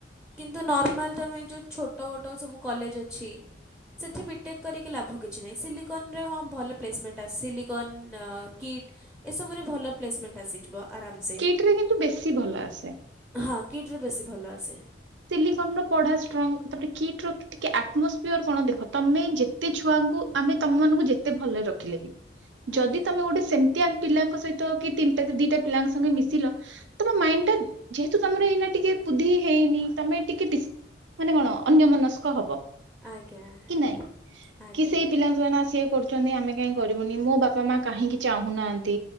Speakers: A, in the centre; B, on the right (about 80°).
A: କିନ୍ତୁ ନର୍ମାଲ ତମେ ଯେଉଁ ଛୋଟ ବୋଟ ସବୁ କଲେଜ ଅଛି ସେଠି ବିଟେକ୍ କରିକି ଲାଭ କିଛି ନାହିଁ ସିଲିକନରେ ହଁ ଭଲ ପ୍ଲେସମେଣ୍ଟ ଆସେ ସିଲିକନ୍, କିଟ୍। ଏସବୁରେ ଭଲ ପ୍ଲେସମେଣ୍ଟ ଆସିଯିବ ଆରାମସେ
B: କିଟ୍ ରେ କିନ୍ତୁ ବେଶୀ ଭଲ ଆସେ
A: ହଁ କିଟରେ ବେଶୀ ଭଲ ଆସେ।
B: ସିଲିକନ୍ ର ପଢା ଷ୍ଟ୍ରଙ୍ଗ ତାପରେ କିଟ ର ଟିକେ ଆଟମୋସ୍ ପିଅର କଣ ଦେଖ ତମେ ଯେତେ ଛୁଆଙ୍କୁ ଆମେ ତମ ମାନଙ୍କୁ ଯେତେ ଭଲରେ ରଖିଲେ ବି
A: ଆଜ୍ଞା
B: ଯଦି ତମେ ଗୋଟେ ସେମ ତିଆନ୍ ପିଲାଙ୍କ ସହିତ କି ତିନିଟା ଦିଟା ପିଲାଙ୍କ ସଙ୍ଗେ ମିଶିଲ ତମ ମାଇଣ୍ଡ ଟା ତୁ ତମର ଏଇନା ଟିକେ ବୁଦ୍ଧି ହେଇନି ତମେ ଟିକେ ଡିସ୍ ମାନେ କଣ ଅନ୍ୟମନସ୍କ ହବ।
A: ଆଜ୍ଞା
B: କି ନାଇଁ
A: ଆଜ୍ଞା
B: କି ସେଇ
A: ଆଜ୍ଞା
B: ପିଲା ଯୋଉମାନେ ଆସିକି କରୁଥିବେ ଚନେ ଆମେ କାଇଁ କରିବୁନି ମୋ ବାପା ମା କାହିଁକି ଚାହୁଁନାହାନ୍ତି